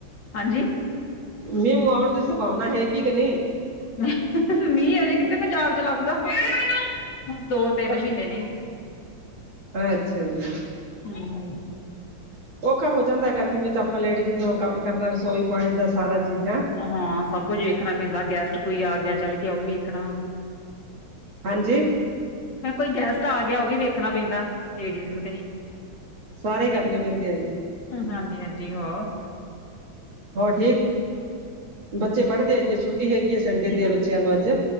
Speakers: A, on the left; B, on the right.
A: ਹਾਂਜੀ
B: ਮੀਹ ਮੂੰਹ ਆਉਣ ਦੀ ਸੰਭਾਵਨਾ ਹੈਗੀ ਕਿ ਨਹੀਂ
A: ਮੀਂਹ ਹਜੇ ਕਿਥੇ ਪੰਜਾਬ ਚ ਲੱਭਦਾ ਹੁਣ ਦੋ ਤਿੰਨ
B: ਪਤ
A: ਮਹੀਨੇ ਨੀ
B: ਅੱਛਾ ਜੀ।
A: ਹਮ ਹਮ
B: ਔਖਾ ਹੋ ਜਾਂਦਾ ਗਰਮੀ ਵਿੱਚ ਆਪਾਂ ਲੇਡੀਜ਼ ਤੋਂ ਕੰਮ ਕਰਨਾ ਰਸੋਈ ਪਾਣੀ ਦਾ ਸਾਰਾ ਜੀ ਹੈਂ।
A: ਹਾਂ ਸਭ ਕੁਝ ਵੇਖਣਾ ਪੈਂਦਾ ਗੈਸਟ ਕੋਈ ਆ ਗਿਆ ਚੱਲ ਗਿਆ ਉਹ ਵੀ ਵੇਖਣਾ।
B: ਹਾਂਜੀ
A: ਮੈਂ ਕੋਈ ਗੈਸਟ ਆ ਗਿਆ ਉਹ ਵੀ ਵੇਖਣਾ ਪੈਂਦਾ। ਲੇਡੀਜ਼ ਨੂੰ ਤੇ
B: ਸਾਰੇ ਕਰਨੇ ਪੈਂਦੇ ਆ ਜੀ
A: ਹਾਂਜੀ ਹਾਂਜੀ ਹੋਰ
B: ਹੋਰ ਠੀਕ ਬੱਚੇ ਪੜ੍ਹਦੇ ਅੱਜੇ ਛੁੱਟੀ ਹੈਗੀ ਹੈ ਸੰਡੇ ਦੀਆਂ ਬੱਚਿਆਂ ਨੂੰ ਅੱਜ